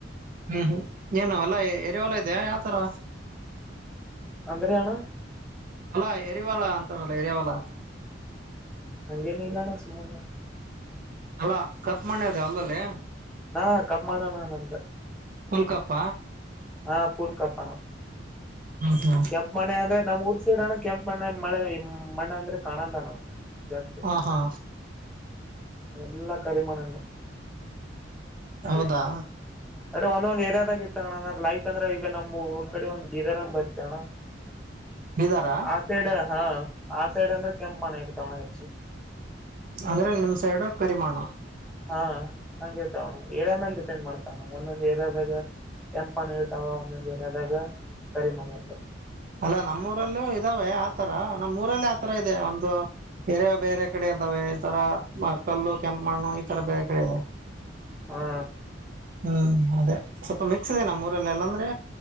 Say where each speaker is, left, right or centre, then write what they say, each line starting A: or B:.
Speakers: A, on the right; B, in the centre.
A: ಹ್ಮ್ ಹ್ಮ್ ಏನು ಅಲ್ಲಾ ಎರಿವಲ ಇದೆಯ ಯಾವ ತರ
B: ಅಂದರೆ ಅಣ್ಣ
A: ಅಲ್ಲಾ ಎರಿವಾಳ ಅಂತಲ್ಲ ಎರಿವಾಳ
B: ಅಂಗೆನ್ ಇಲ್ಲ ಅಣ್ಣ ಸುಮನೆ
A: ಅಲ್ಲಾ ಕಪ್ಪು ಮಣ್ಣಿ ಅದ ಹೊಲ್ದಲ್ಲಿ
B: ಹಾ ಕಮ್ಮಮ್ಮಣ ನಮ್ದು
A: ಪುಲ್ ಕಪ್ಪ
B: ಹಾ ಪುಲ್ ಕಪ್ಪ ಅಣ್ಣ
A: ಹೌ ಹಾ
B: ಕೆಂಪ್ ಮಣ್ಣಿ ಅಂದ್ರೆ ನಮ್ ಊರ್ ಸೈಡ್ ಅಣ್ಣ ಕೆಂಪ ಮಣ್ಣಿ ಮಳೆ ಮಣ್ಣು ಅಂದ್ರೆ ಕಾಣಲ್ಲಣ ಜಾಸ್ತಿ
A: ಹ ಹಾ
B: ಎಲ್ಲಾ ಕರಿಮಣ್ಣ
A: ಹೌದಾ
B: ದೂ ಅದೆ ಒಂದೊಂದ ಏರಿಯಾದಾಗ ಇತಣಂದ್ರ ಲೈಕ್ ಅಂದ್ರ ಈಗಮ್ ಊರ್ ಕಡೆ ಒಂದ ಗೀದರ್ಂದ ಬ ಚಣ
A: ಬೀದರ
B: ಆ ಸೈಡ್ ಹಾ ಆ ಸೈಡ್ ಅಂದ್ರೆ ಕೆಂಪ್ ಮಣ್ಣು ಇರ್ತಾವಣ ಹೆಚ್ಚು
A: ಅಂದ್ರೆ ನಿಮ್ ಸೈಡು ಕರಿಮಣ್ಣು
B: ಹಾ ಹಂಗ ಇರ್ತಾವಣ ಏರಿಯಾದ ಮೇಲೆ ಡಿಪೆಂಡ್ ಮಾಡ್ತಾವಣ್ಣ ಒಂದೊಂದ್ ಏರಿಯಾದಾಗ ಕೆಂಪು ಇರುತ್ತವೆ ಒಂದೊಂದು ಏರಿಯಾದಾಗ ಕರಿಮಣ್ಣು ಇರುತ್ತವೆ
A: ಅಲ್ಲ ನಮ್ಮ್ ಊರಲ್ಲೂ ಇದಾವೆ ಆತರ ನಮ್ಮ್ ಊರಲ್ಲಿ ಆತರ ಇದೆ ಒಂದು ಬೇರೆ ಬೇರೆ ಕಡೆ ಇದ್ದಾವೆ ಈ ತರ ಕಲ್ಲು ಕೆಂಪು ಮಣ್ಣು ಈ ತರ ಬೇರೆ ಕಡೆ ಇದೆ
B: ಹಾ
A: ಹ್ಮ್ ಅದೇ ಸ್ವಲ್ಪ ಮಿಕ್ಸ್ ಇದೆ ನಮ್ಮೂರಲ್ಲ ಎಲ್ಲಾಂದ್ರೆ